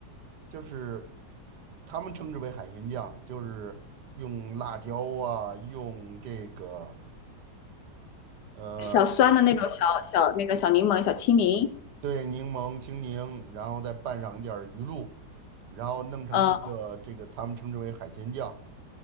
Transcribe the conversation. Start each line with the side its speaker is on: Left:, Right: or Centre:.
Right: 就是他们称之为海鲜酱，就是用辣椒啊，用这个。呃。
Left: 小酸的那种小小那个小柠檬、小青柠，
Right: 对，柠檬、青柠，然后再拌上一点儿鱼露，然后弄成一个这个他们称之为海鲜酱，
Left: 嗯